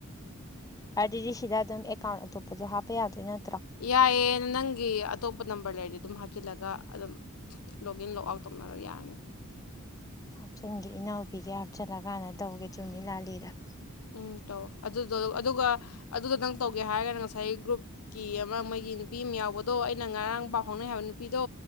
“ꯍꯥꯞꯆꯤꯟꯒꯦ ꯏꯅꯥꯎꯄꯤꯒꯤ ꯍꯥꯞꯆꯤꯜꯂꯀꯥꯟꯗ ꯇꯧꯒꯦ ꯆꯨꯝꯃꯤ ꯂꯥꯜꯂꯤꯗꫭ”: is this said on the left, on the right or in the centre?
Left